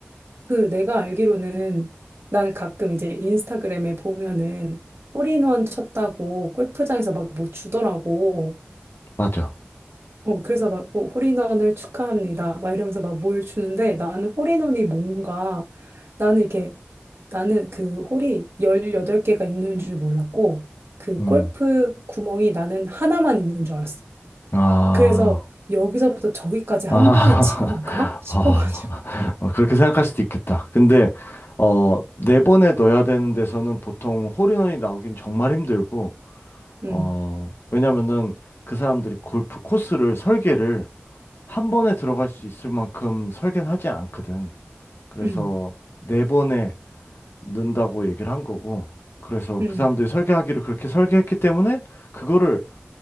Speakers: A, on the right; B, on the left.
A: 그 내가 알기로는 나는 가끔 이제 인스타그램에 보면은 홀인원 쳤다고 골프장에서 막 뭐 주더라고.
B: 맞아.
A: 어, 그래서 막, 뭐, 홀인원을 축하합니다. 막 이러면서 막 뭘 주는데 나는 홀인원이 뭔가 나는 이게 나는 그 홀이 18개가 있는 줄 몰랐고 그
B: 음.
A: 골프 구멍이 나는 하나만 있는 줄 알았어.
B: 아.
A: 그래서 여기서부터 저기까지 한
B: 아,
A: 번에 친 건가? 싶어가지고.
B: <laughs> 어, 어, 그렇게 생각할 수도 있겠다. 근데, 어, 네 번에 넣어야 되는 데서는 보통 홀인원이 나오긴 정말 힘들고,
A: 음,
B: 어, 왜냐면은 그 사람들이 골프 코스를 설계를 한 번에 들어갈 수 있을 만큼 설계는 하지 않거든. 그래서
A: 음,
B: 네 번에 넣는다고 얘기를 한 거고, 그래서
A: 음,
B: 그 사람들이 설계하기를 그렇게 설계했기 때문에 그거를